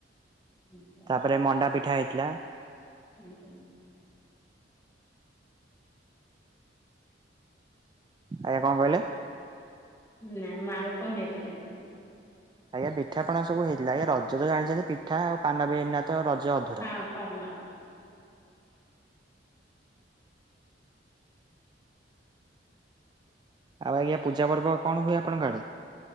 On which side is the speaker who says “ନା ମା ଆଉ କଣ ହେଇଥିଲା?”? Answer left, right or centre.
Left